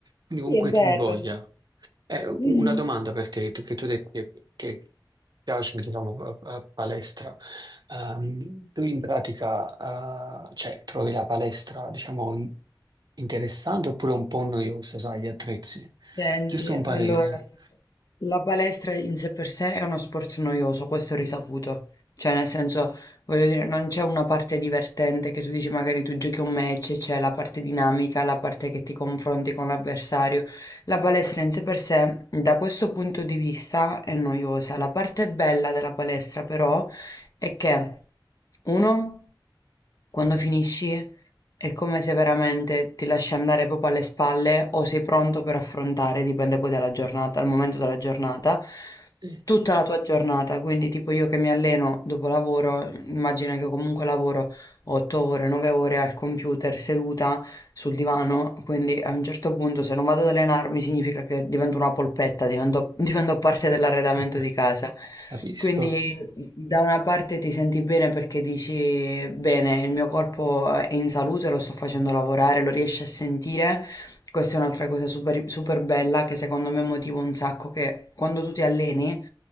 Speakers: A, on the right; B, on the left.
A: quindi
B: Sì,
A: comunque
B: è bello.
A: ti invoglia. Eh,
B: Mhm.
A: una domanda per te, tu- che tu hai detto che, che piace, diciamo, a, a palestra. Ehm, tu in pratica, eh, cioè, trovi la palestra, diciamo, in- interessante oppure un po' noiosa, sai, gli attrezzi?
B: Senti,
A: Giusto un
B: allora,
A: parere.
B: la palestra in sé per sé è uno sport noioso, questo è risaputo. Cioè, nel senso, voglio dire, non c'è una parte divertente che tu dici magari tu giochi un match, c'è la parte dinamica, la parte che ti confronti con l'avversario. La palestra in sé per sé, da questo punto di vista, è noiosa. La parte bella della palestra, però, è che, uno, quando finisci. È come se veramente ti lasci andare proprio alle spalle o sei pronto per affrontare, dipende poi dalla giornata, dal momento della giornata,
A: Sì,
B: Tutta la tua giornata, quindi tipo io che mi alleno dopo lavoro, immagina che comunque lavoro 8 ore, 9 ore al computer seduta sul divano, quindi a un certo punto se non vado ad allenarmi significa che divento una polpetta, divento, <laughs> divento parte dell'arredamento
A: <laughs>
B: di casa.
A: capisco.
B: Quindi da una parte ti senti bene perché dici bene, il mio corpo è in salute, lo sto facendo lavorare, lo riesci a sentire. Questa è un'altra cosa super, super bella che secondo me motiva un sacco, che quando tu ti alleni